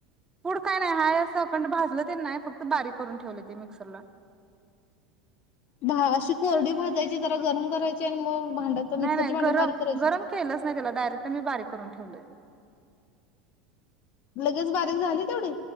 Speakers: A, on the right; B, on the left.
A: पूड काय नाही हाय असं अखंड भाजल. तेन नाही फक्त बारीक करून ठेवले ते मिक्सरला.
B: दहाशी कोरडी भात. भाजायची जरा गरम करायची आणि मग. भांड्यात
A: नाही
B: मिक्सरच्या
A: नाही
B: भांड्यात
A: गरम-गरम
B: बारीक करायची.
A: केलंच नाही त्याला डायरेक्ट मी बारीक करून ठेवलं. <inaudible>
B: लगेच बारीक झाली तेवढी